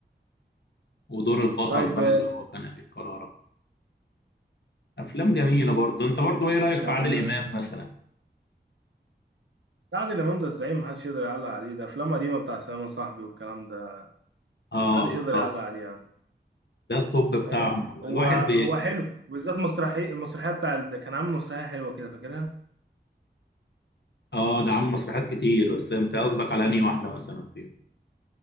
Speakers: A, on the left (about 65°); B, on the right (about 85°).
A: ودور البطل
B: طيب
A: بقى
B: آه،
A: اللي هو كان أمير كرارة أفلام جميلة برضه أنت برضه إيه رأيك
B: كان
A: في عادل
B: آه،
A: إمام مثلا؟
B: عادل امام ده الزعيم محدش يقدر يعلق عليه ده افلام قديمه بتاع سلام صاحبي والكلام ده
A: اه
B: محدش
A: بالظبط
B: يقدر يعلق عليه يا عم
A: ده الطب بتاعهم
B: فاهم
A: والله
B: هو
A: الواحد
B: هو حلو وبالذات مسرحيه المسرحيه بتاع ال- كان عامل مسرحيه حلوه كده فاكرها
A: اه ده عامل مسرحيات كتير بس انت قصدك على انهي واحده مثلا فيهم